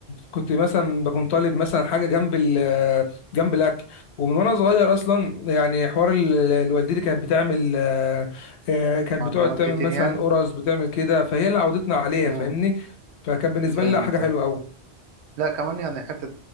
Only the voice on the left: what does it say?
كنت مثلا بكون طالب مثلا حاجه جنب ال جنب الاكل ومن وانا صغير اصلا يعني حوار ال- ال- والدتي كانت بتعمل آه، آه، كانت
بتقعد تعمل
مثلا
قرص بتعمل كده فهي اللي عودتنا عليها
فاهمني فكان بالنسبه
لي لا حاجه
حلوه قوي